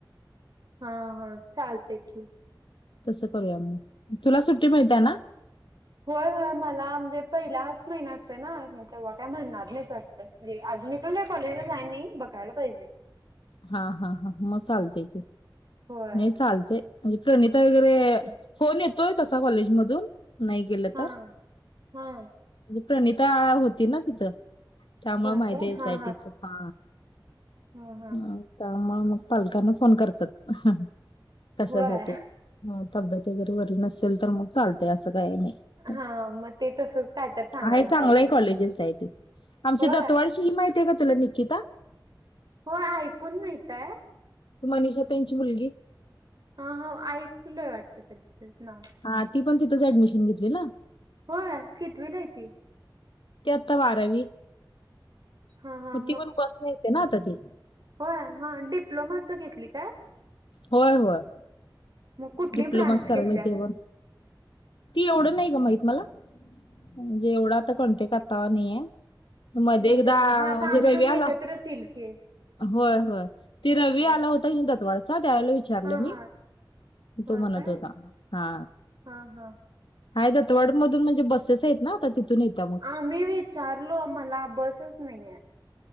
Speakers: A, on the right; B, on the left.
A: हा हा चालते की
B: तसं करूया मग तुला सुट्टी मिळते ना
A: होय होय मला म्हणजे पहिलाच महिना असतोय ना तेव्हा काय म्हणणार नाही च अजून मी पण कॉलेजला जाय नाही बघायला पाहिजे मग
B: हा हा हा मग चालते ते
A: होय
B: नाही चालते म्हणजे प्रणिता वगैरे
A: तेच की
B: फोन येतोय तसा कॉलेजमधून नाही गेलं
A: हा
B: तर
A: हा
B: म्हणे प्रणिता होती ना तिथं त्यामु
A: होय
B: माहिती
A: काय
B: एसयटीच
A: हा
B: हा
A: हा हा
B: ह त्यामुळे मग पालकांना फोन करतात कशासाठी
A: होय
B: तब्येत जरी वरी नसेल तर मग चालतेय असं काही नाही
A: हा मग ते तसच काय तर सांगायला
B: आहे चांगलं
A: पाहिजे
B: आहे कॉलेजेस सा आमच्या
A: होय
B: दतवाडशी ही माहिती आहे का तुला निक्िता
A: हो ऐकून माहितय
B: त मनिषा त्यांची मुलगी
A: हा हो ऐकूलंय वाटतं कद ना
B: हा ती पण तिथंच ऍडमिशन घेतली ना
A: हो खेतवेला य ते
B: ते आता बारावी
A: हा हा
B: मग ती पण बस येते ना आता ती
A: होय हा डिप्लोमाचं घेतली काय
B: होय होय
A: मग कुठली
B: डिप्लोमाच
A: ब्रांच
B: करायला
A: घेतल्या?
B: तेवर ती एवढं नाही ग माहित मला म्हणजे एवढा आता कंटेक आातावा नाहीय मध्ये
A: म्हणजे
B: एकदा
A: मग आता
B: म्हणजे
A: आम्ही दोघी
B: रवी
A: एकत्रच
B: आला
A: येईल की.
B: होय होय ते रवी
A: होय.
B: आला होता क दतवाडाचा त्यावेळेला विच विचारलं
A: हा
B: मी
A: हा होय
B: तो म्हणत
A: काय
B: होता हा
A: हा हा
B: हाय दतवाड मधून म्हणजे बसेस आहेत ना तिथून येत
A: हा मी विचारलो मला बसच नाहीये